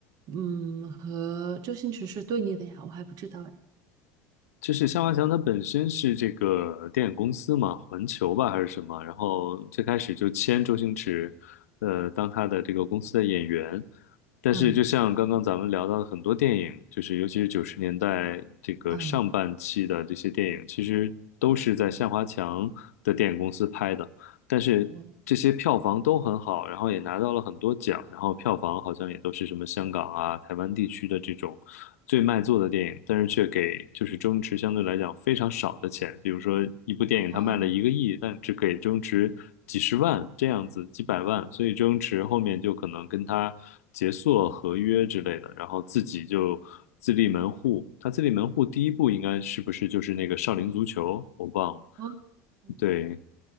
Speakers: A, on the right; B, on the left.
A: 嗯，和周星驰是对立的呀，我还不知道哎。
B: 就是向华强他本身是这个电影公司嘛，环球吧还是什么，然后最开始就签周星驰，呃，当他的这个公司的演员。但是，
A: 嗯
B: 就像刚刚咱们聊到的很多电影，就是尤其是九十年代这个上半期的这些电影，
A: 嗯，
B: 其实都是在向华强的电影公司拍的。但是这些票房都很好，
A: 哦
B: 然后也拿到了很多奖，然后票房好像也都是什么香港啊、台湾地区的这种最卖座的电影，但是却给就是周星驰相对来讲非常少的钱，比如说一部电影他卖了一个亿，
A: 哦
B: 但只给周星驰几十万这样子，几百万，所以周星驰后面就可能跟他结束了合约之类的，然后自己就。自立门户，他自立门户第一部应该是不是就是那个少林足球？我忘了。
A: 哦，嗯，
B: 对，